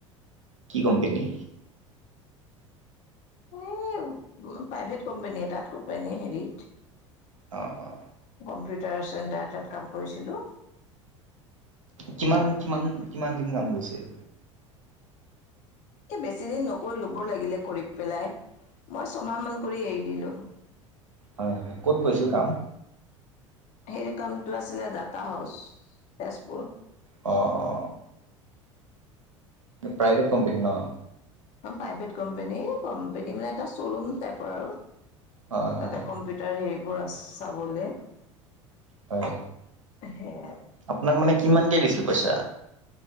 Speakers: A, on the right; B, on the left.
A: কি কোম্পোনী?
B: এই প্ৰাইভেট কোম্পেনী এটাত, কোম্পেনী হেৰিত
A: অ', অ'।
B: কম্পিউটাৰ চেণ্টাৰ এটাত কাম কৰিছিলোঁ।
A: কিমান, কিমান, কিমান দিন কাম কৰিছে?
B: এ বেছিদিন নকৰিলো বৰ লাগিলে কৰি পেলাই, মই ছমাহমান কৰি এৰি দিলোঁ।
A: হয়, হয়, ক'ত কৈৰিছিল কাম?
B: হেৰি কামটো আছিলে দাটা হাউচ, তেজপুৰ।
A: অ', অ'। প্ৰাইভেট কোম্পানী নহ।
B: প্ৰাইভেট কোম্পেনী, কোম্পেনী মানে এটা শ্বৰুম টাইপৰ আৰু
A: হয়, হয়,
B: তাতে কম্পি তাৰ, হেৰিবোৰ আ চাবলে।
A: হয়,
B: সেয়াই
A: আপোনাক মানে কিমানকে দিছিল পইচা?